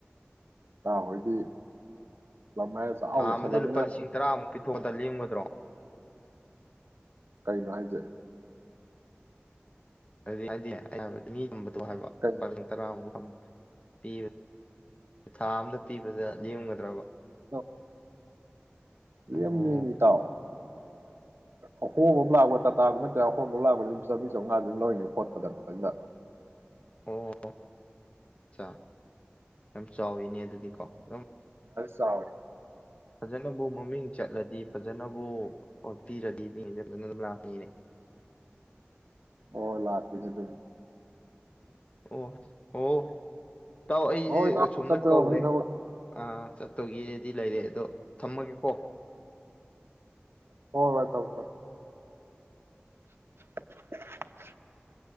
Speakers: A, on the right; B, on the left.
A: ꯏꯇꯥꯎ ꯍꫭꯏꯗꯤ ꯂꯝ ꯍꯥꯏꯔ ꯆꯥꯎꯅ
B: ꯊꯥ
A: ꯂꯩꯁꯜꯂꯝꯅꯤꯅ
B: ꯑꯃꯗ ꯂꯨꯄꯥ ꯂꯤꯁꯤꯡ ꯇꯔꯥꯃꯨꯛ ꯄꯤꯊꯣꯛꯑꯗ ꯂꯦꯝꯒꯗ꯭ꯔꯣ
A: ꯀꯩꯅꯣ ꯍꯥꯏ ꯖꯦ
B: ꯍꯥꯏꯗꯤ ꯍꯥꯏꯗꯤꯅꯦ ꯍꯥꯏꯕ ꯃꯤ ꯊꯝꯕꯗꯣ ꯍꯥꯏꯕ
A: ꯀꯩ
B: ꯂꯨꯄꯥ <unintelligible> ꯇꯔꯥꯃꯨꯛ ꯊꯝ ꯄꯤꯕ ꯊꯥ ꯑꯝꯗ ꯄꯤꯕꯗ ꯂꯦꯝꯒꯗ꯭ꯔꯕ
A: ꯑ ꯂꯦꯝꯅꯦꯃꯤ
B: ꯑꯣ
A: ꯏꯇꯥꯎ ꯑꯍꯣꯕ ꯑꯃ ꯂꯥꯛꯄ ꯇꯥꯇꯥꯒꯨꯝꯕ ꯇꯌꯥꯔ ꯑꯍꯣꯕ ꯑꯃ ꯂꯥꯛꯄ ꯑꯗꯨꯝ ꯆꯥꯝꯔꯤ ꯆꯥꯝꯃꯉꯥꯥꯗꯤ ꯑꯗꯨꯝ ꯂꯧꯅꯤ ꯐꫭꯠꯄꯗ ꯈꯇꯪꯗ
B: ꯑꯣ ꯆꯥꯥ ꯌꯥꯝ ꯆꯥꯎꯋꯤꯅꯦ ꯑꯗꯨꯗꯤꯀꯣ ꯑꯗꯨꯝ
A: ꯆꯥꯎꯏ
B: ꯐꯖꯅꯕꯨ ꯃꯃꯤꯡ ꯆꯠꯂꯗꯤ ꯐꯖꯅꯕꯨ ꯑꯣ ꯄꯤꯔꯗꯤ ꯃꯤꯁꯦ ꯐꯖꯅ ꯑꯗꯨꯝ ꯂꯥꯛꯀꯅꯤꯅꯦ
A: ꯍꫭꯏ ꯂꯥꯛꯇꫭꯏꯅꯦ ꯑꯗꯨꯕꯨꯗꯤ
B: ꯑꯣ ꯑꯣ ꯏꯇꯥꯎ ꯑꯩꯁꯦ
A: ꯍꯣꯏ ꯏꯇꯥꯎ
B: ꯑꯁꯣꯝꯗ
A: ꯆꯠꯇꯣꯔꯕꯅꯤ
B: ꯀꯧꯔꯦ
A: ꯊꯕꯛ
B: ꯑ ꯆꯠꯇꯧꯒꯤ ꯗꯤ ꯂꯩꯔꯦ ꯑꯗꯣ ꯊꯝꯃꯒꯦ ꯀꯣ
A: ꯍꯣꯒ ꯇꯧ ꯇ <unintelligible>